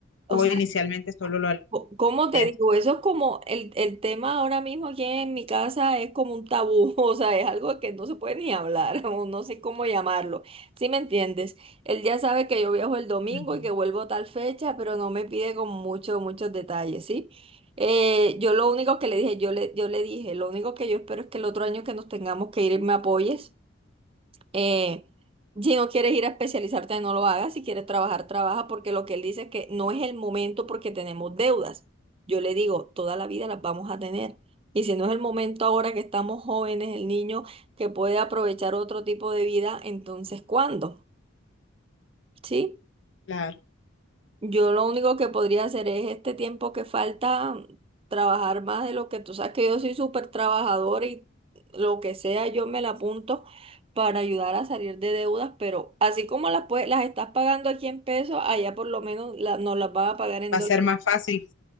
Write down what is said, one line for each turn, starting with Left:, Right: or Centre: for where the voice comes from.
Right: o
Left: o
Right: sea,
Left: inicialmente solo lo
Right: Co- ¿Cómo
Left: harías.
Right: te digo? Eso es como el, el tema ahora mismo aquí en mi casa es como un tabú, <laughs> o sea, es algo que no se puede ni hablar, <laughs> o no sé cómo llamarlo. ¿Sí me entiendes? Él ya sabe que yo viajo el domingo
Left: Ujú.
Right: y que vuelvo tal fecha, pero no me pide con muchos, muchos detalles, ¿sí? Eh, yo lo único que le dije, yo le, yo le dije, lo único que yo espero es que el otro año que nos tengamos que ir me apoyes. Eh, si no quieres ir a especializarte, no lo hagas. Si quieres trabajar, trabaja, porque lo que él dice es que no es el momento porque tenemos deudas. Yo le digo, toda la vida las vamos a tener. Y si no es el momento ahora que estamos jóvenes, el niño que puede aprovechar otro tipo de vida, entonces ¿cuándo? ¿Sí?
Left: Claro,
Right: Yo lo único que podría hacer es este tiempo que falta mm, trabajar más de lo que tú sabes que yo soy súper trabajadora y lo que sea yo me la apunto para ayudar a salir de deudas, pero así como las, pue- las estás pagando aquí en pesos, allá por lo menos la- nos las vas a pagar en
Left: va
Right: dólares.
Left: a ser más fácil,